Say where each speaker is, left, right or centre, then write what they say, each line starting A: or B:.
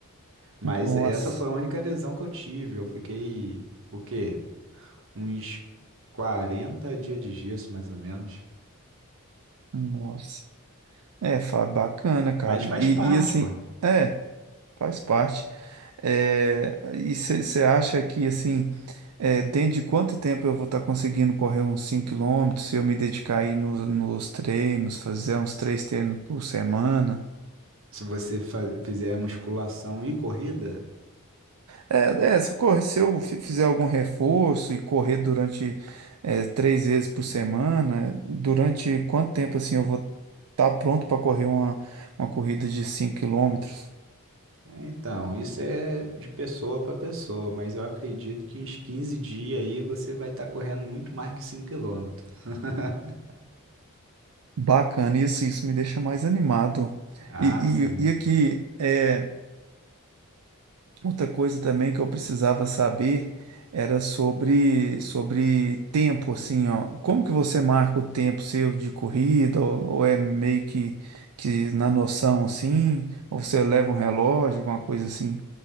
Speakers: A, on the right; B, on the right.
A: Mas
B: Nossa,
A: essa foi a única lesão que eu tive, eu fiquei, o quê? Uns 40 dias de gesso, mais ou menos.
B: nossa. É, fa- bacana, cara.
A: Mas faz
B: E,
A: parte,
B: e assim,
A: pô.
B: é, faz parte. É, e você acha que, assim, é, dentro de quanto tempo eu vou estar conseguindo correr uns 5 quilômetros se eu me dedicar aí no- nos treinos, fazer uns três treinos por semana?
A: Se você fa- fizer musculação e corrida,
B: É, é, se eu, correr- se eu fi- fizer algum reforço e correr durante, é, três vezes por semana, durante quanto tempo, assim, eu vou estar pronto para correr uma, uma corrida de 5 quilômetros?
A: é, então, isso é de pessoa para pessoa, mas eu acredito que uns 15 dias aí você vai estar correndo muito mais que 5 quilômetros. <laughs>
B: Bacana, isso, isso me deixa mais animado.
A: Ah,
B: E,
A: sim.
B: e, e aqui, é, outra coisa também que eu precisava saber era sobre, sobre tempo, assim, ó. Como que você marca o tempo seu de corrida, ou, ou é meio que, que na noção, assim, ou você leva um relógio, alguma coisa assim?